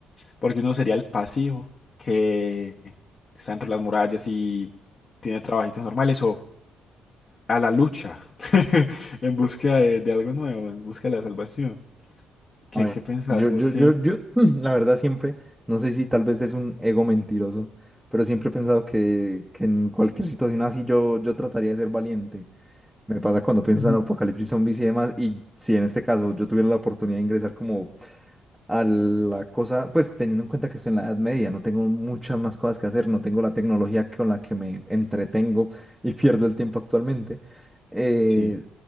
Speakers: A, on the left (about 40°); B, in the centre.
A: porque uno sería el pasivo que está dentro de las murallas y tiene trabajitos normales a la lucha, <laughs> en búsqueda de, de algo nuevo, en búsqueda de la salvación. ¿Qué,
B: a ver,
A: qué pensás
B: yo,
A: vos
B: yo,
A: que...
B: yo, yo, <clears throat> la verdad siempre, no sé si tal vez es un ego mentiroso, pero siempre he pensado que, que en cualquier situación así yo, yo trataría de ser valiente. Me pasa cuando pienso
A: Ujú.
B: en apocalipsis zombies y demás, y si en este caso yo tuviera la oportunidad de ingresar como a la cosa, pues teniendo en cuenta que estoy en la Edad Media, no tengo muchas más cosas que hacer, no tengo la tecnología con la que me entretengo <laughs> y pierdo el tiempo actualmente. eh,
A: Sí,